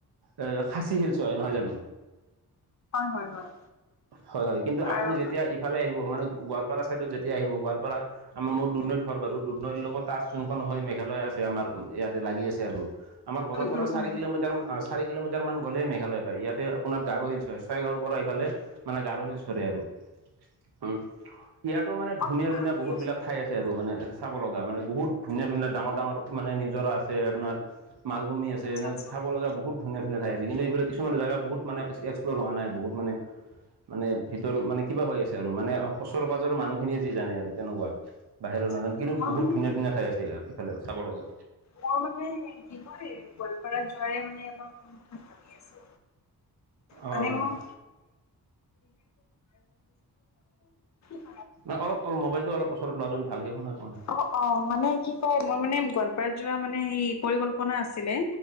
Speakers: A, on the right (about 80°); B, on the left (about 45°).
A: এ খাচী হিলছয় নহয় জানো
B: হয় হয় হয়
A: হয় হয় কিন্তু আপুনি
B: আৰু
A: যেতিয়া ইফালে আহিব মানে গোৱালপাৰা ছাইডত যেতিয়া আহিব গোৱালপাৰা। আমাৰ মোৰ দুদনৈত ঘৰ বাৰু দুদনৈৰ লগত তাচ যোনখন হয় মেঘালয় আছে আমাৰ ইয়াতে লাগি আছে। হেল্ল আৰু আমাৰ ঘৰৰ পৰা
B: উম উম
A: চাৰি
B: উম
A: কিলোমিটাৰ মান অ চাৰি কিলোমিটাৰমান গ'লে মেঘালয় পাই ইয়াতে আপোনাৰ গাৰো হিলছয় ছয়গাঁৱৰ পৰা এফালে। মানে গাৰো হিলছয়ে আৰু উম ইয়াতো মানে
B: অ
A: ধুনীয়া
B: ভাবি
A: ধুনীয়া বহুত
B: আছো
A: বিলাক ঠাই আছে। মানে চাব লগা মানে বহুত ধুনীয়া ধুনীয়া ডাঙৰ ডাঙৰ মানে নিজৰা আছে আপোনাৰ মালভূমি আছে।
B: আচ্ছা
A: ট্ৰেইনত
B: আচ্ছা
A: চাব লগা বহুত ধুনীয়া ধুনীয়া ঠাই আছে কিন্তু এফালে। কিছুমান জেগা বহুত মানে এক্সপ্ল' হোৱা নাই বহুত মানে মানে ভিতৰত মানে কিবা হৈ আছে। আৰু মানে ওচৰ পাজৰ মানুহ খিনিয়ে যি জানে আৰু তেনেকুৱা বাহিৰৰ নাজানে
B: মই
A: কিন্তু বহুত
B: মানে
A: ধুনীয়া ধুনীয়া ঠাই আছে। ইয়া সেইফালেও চাব লগা।
B: মই মানে কি কয় গোৱালপাৰাত যোৱাৰে মানে অলপ প্ৰথম কথা ভাবি আছো। মানে
A: অঁ
B: মই <unintelligible>
A: অ অলপ মোবাইলটো অলপ ওচৰত লোৱা চোন ভালকে শুনা পোৱা নাই।
B: অ অ মানে কি কয় মোৰ মানে গোৱালপাৰাত যোৱা মানে সেই পৰিকল্পনা আছিলে